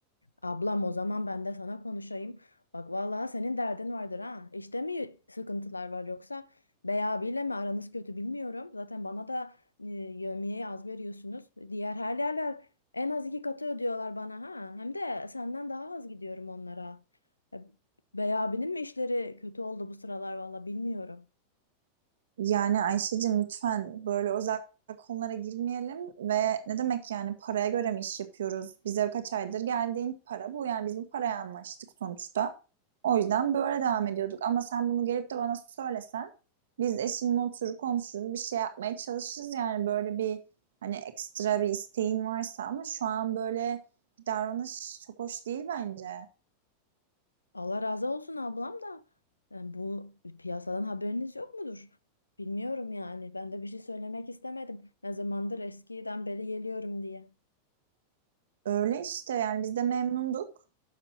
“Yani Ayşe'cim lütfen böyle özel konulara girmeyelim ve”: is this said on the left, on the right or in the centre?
Right